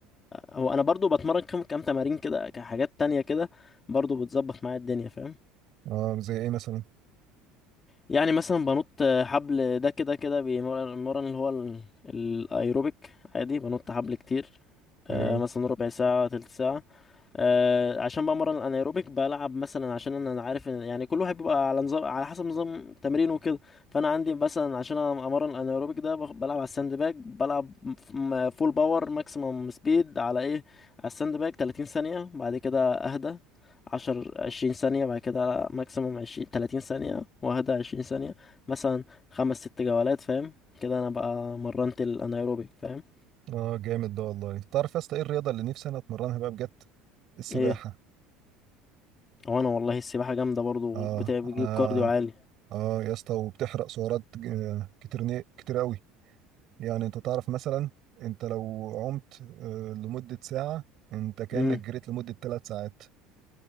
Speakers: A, on the left; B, on the right.
A: هو انا برضو بتمرن كم كم تمارين كده كحاجات تانية كده برضو بتظبط معايا الدنيا فاهم
B: اه زي ايه مثلا
A: يعني مثلا بنط حبل ده كده كده بيمرن المرن اللي هو ال- الايروبيك عادي بنط حبل كتير آه،
B: ايوه
A: مثلا ربع ساعة تلت ساعة آه، عشان بمرن الانايروبيك بلعب مثلا عشان انا أنا عارف ان يعني كل واحد بيبقى على نظام على حسب نظام تمرينه وكده فانا عندي مثلا عشان أنا امرن الانايروبيك ده بخ- بلعب على الساند باج بلعب ف- م- فول باور ماكسيمم سبيد على ايه على الساند باج 30 ثانية بعد كده اهدى 10 20 ثانية بعد كده ماكسيمم 20 30 ثانية واهدى 20 ثانية مثلا خمس ست جولات فاهم كده انا بقى مرنت الانايروبيك فاهم
B: اه جامد ده والله تعرف يا اسطى ايه الرياضه اللي نفسي انا اتمرنها بقى بجد السباحه
A: ايه وانا والله السباحة جامدة برضو
B: اه
A: بتاع- بتجيب
B: انا
A: كارديو عالي
B: اه يا اسطى وبتحرق سعرات ج- آه، كتير ن- كتير قوي يعني انت تعرف مثلا انت لو عمت آه، لمده ساعه انت كانك
A: مم.
B: جريت لمده ثلاث ساعات